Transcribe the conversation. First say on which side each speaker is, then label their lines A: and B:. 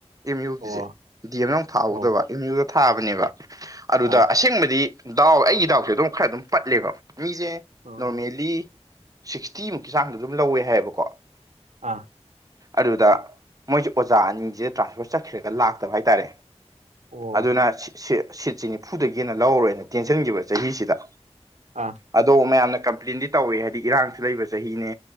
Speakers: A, on the right (about 30°); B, on the right (about 80°).
A: ꯑꯦꯝ ꯌꯨꯒꯤꯁꯦ
B: ꯑꯣ
A: ꯗꯤ ꯑꯦꯝ ꯌꯥꯎ ꯊꯥꯍꯧꯗꯕ
B: ꯑꯣ
A: ꯑꯦꯝ ꯌꯨꯗ ꯊꯥꯕꯅꯦꯕ ꯑꯗꯨꯗ
B: ꯑꯥ
A: ꯑꯁꯦꯡꯕꯗꯤ ꯗꯥꯎ ꯑꯩꯒꯤ ꯗꯥꯎꯁꯦ ꯑꯗꯨꯝ ꯈꯔ ꯑꯗꯨꯝ ꯄꯠꯂꯦꯕ ꯃꯤꯁꯦ
B: ꯑꯥ
A: ꯅꯣꯔꯃꯦꯜꯂꯤ ꯁꯤꯛꯁꯇꯤꯃꯨꯛꯀꯤ ꯆꯥꯡꯗ ꯑꯗꯨꯝ ꯂꯧꯋꯦ ꯍꯥꯏꯌꯦꯕꯀꯣ
B: ꯑꯥ
A: ꯑꯗꯨꯗ ꯃꯣꯏꯁꯦ ꯑꯣꯖꯥ ꯑꯅꯤꯁꯦ ꯇ꯭ꯔꯥꯟꯁꯐꯔ ꯆꯠꯈꯤꯔꯒ ꯂꯥꯛꯇꯕ ꯍꯥꯏꯇꯥꯔꯦ
B: ꯑꯣ
A: ꯑꯗꯨꯅ ꯁꯤꯠꯁꯤ ꯅꯤꯐꯨꯗꯒꯤ ꯍꯦꯅ ꯂꯧꯔꯣꯏꯅ ꯇꯦꯟꯁꯤꯟꯈꯤꯕ ꯆꯍꯤꯁꯤꯗ
B: ꯑꯥ
A: ꯑꯗꯣ ꯃꯌꯥꯝꯅ ꯀꯝꯄ꯭ꯂꯦꯟꯗꯤ ꯇꯧꯋꯦ ꯍꯥꯏꯗꯤ ꯏꯔꯥꯡꯁꯨ ꯂꯩꯕ ꯆꯍꯤꯅꯦ